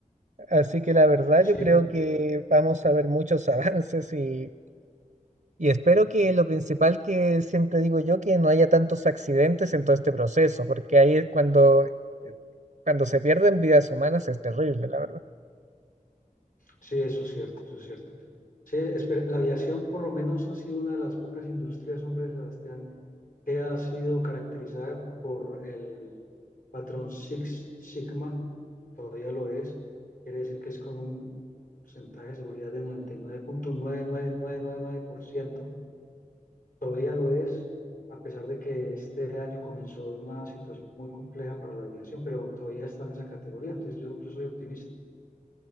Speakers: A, on the right; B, on the left.
A: Así que la verdad
B: Sí,
A: yo creo que vamos a ver muchos <laughs> avances y Y espero que lo principal que siempre digo yo, que no haya tantos accidentes en todo este proceso, porque ahí es cuando, eh, cuando se pierden vidas humanas es terrible, la verdad.
B: Sí, eso es cierto, eso es cierto. Sí, espere, la aviación por lo menos ha sido una de las pocas industrias, hombre, Sebastián, que ha sido caracterizada co- por el patrón Six Sigma, todavía lo es, quiere decir que es con un porcentaje de seguridad de 99.99999%, todavía lo es, a pesar de que este año comenzó una situación muy compleja para la aviación, pero todavía está en esa categoría, entonces yo, yo soy optimista.